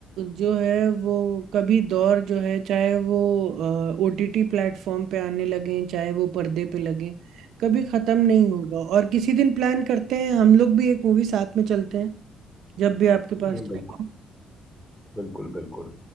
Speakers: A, on the right; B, in the centre.
A: जो है वो कभी दौर जो है चाहे वो ओटीटी प्लेटफॉर्म पे आने लगे चाहे वो पर्दे पे लगे कभी खत्म नहीं होगा और किसी दिन प्लान करते हैं हम लोग भी एक मूवी साथ में चलते हैं जब भी आपके
B: बिल्कुल
A: पास टाइम
B: बिल्कुल बिल्कुल